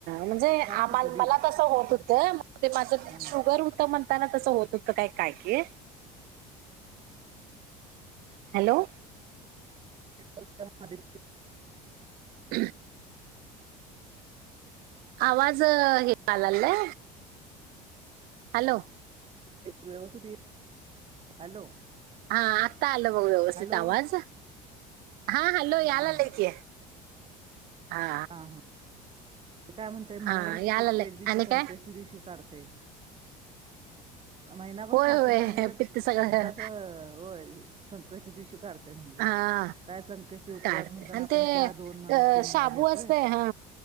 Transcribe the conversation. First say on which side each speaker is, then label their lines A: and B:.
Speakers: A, on the right; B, on the right.
A: म्हणजे आम
B: खिचडी
A: मला तसं होत होतं ते माझ
B: हं.
A: शुगर होत म्हण ता तस होत हो काय काय किम हॅलो
B: मा
A: ह आवाज हेलालय हॅलो
B: व्यवस् हॅलो
A: हा आता आलं मघ व्यवस्थित
B: हॅलो
A: आवाज हा हॅलो याला
B: हां
A: आ लले
B: हां
A: की हा
B: हां हां काय म्हणतय म्हहि्यावरच
A: हा यालाय
B: पिकतं एक दिवशी
A: आणि
B: संकष्ट
A: काय
B: ते दिवशी साढते महिनावरर
A: होय
B: साठून
A: होय
B: राहिलेलं
A: पित्त सगळं
B: पित्ताच हो संकष्ट दिव श करते म्हणलं
A: हा
B: काय संकष्टी उपवास
A: काढते
B: म्हणताना
A: आणि
B: आपण
A: ते
B: चहा दोन म्हणा
A: अ
B: तीन
A: शाबू
B: वेळा घेतोय
A: असतय हा